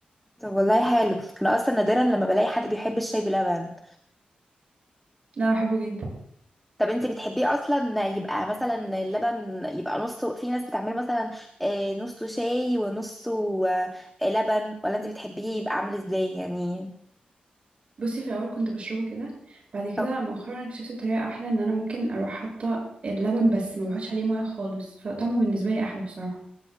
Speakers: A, in the centre; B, on the right.
A: طب والله حلو انا اصلا نادرا لما بلاقي حد بيحب الشاي بلبن
B: لا بحبه جدا
A: طب انت بتحبيه اصلا يبقى مثلا اللبن يبقى نصه في ناس بتعمله مثلا آه، نصه شاي ونصه آه، لبن ولا انت بتحبيه يبقى عامل ازاي يعني
B: بصي في الاول كنت بشربه كده بعد كده
A: طب
B: مؤخرا اكتشفت طريقة احلى ان انا ممكن اروح حاطة اللبن بس ما بحطش عليه ميه خالص فطعمه بالنسبة لي احلى بصراحة